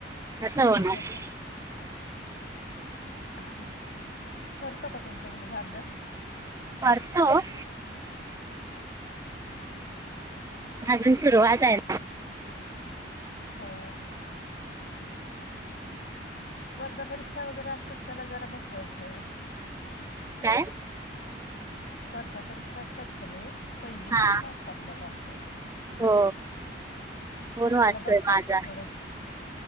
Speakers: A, on the right (about 15°); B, on the left (about 55°).
A: कसं होणार
B: हो हो हो ह. करतो का तुमचा मुलगा अभ्यास
A: वरत अजून सुरुवात आहे.
B: हो. स्पर्धा परीक्षा वगैरे असतात त्याला जरा बसवायचं.
A: काय?
B: स्पर्धा परीक्षा असतात का नाही. पहिली
A: हा
B: बसला असतात मला ते
A: हो फोन
B: मग
A: वाजतोय
B: त्याला बसवायचं
A: माझा
B: थोडं